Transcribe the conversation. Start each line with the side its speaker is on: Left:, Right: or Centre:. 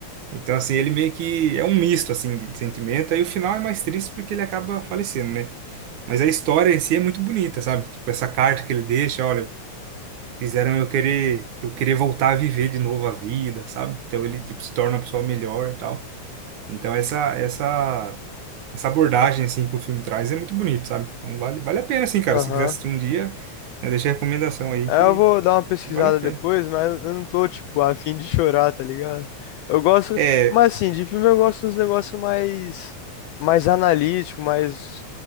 Right: Então, assim, ele meio que é um misto, assim, de de sentimento. Aí o final é mais triste porque ele acaba falecendo, né? Mas a história em si é muito bonita, sabe? Tipo, essa carta que ele deixa, olha, fizeram eu querer, eu querer voltar a viver de novo a vida, sabe? Então ele, tipo, se torna uma pessoa melhor e tal. Então essa, essa, essa abordagem, assim, que o filme traz é muito bonito, sabe? Então vale, vale a pena, assim, cara.
Left: Aham.
Right: Se quiser assistir um dia, né, deixa a recomendação aí
Left: Aí
Right: que,
Left: Eu vou dar uma pesquisada
Right: que vale a pena.
Left: depois, mas eu não tô, tipo, a fim de chorar, tá ligado? Eu gosto.
Right: É,
Left: Mas assim, de filme eu gosto dos negócios mais. Mais analítico, mais.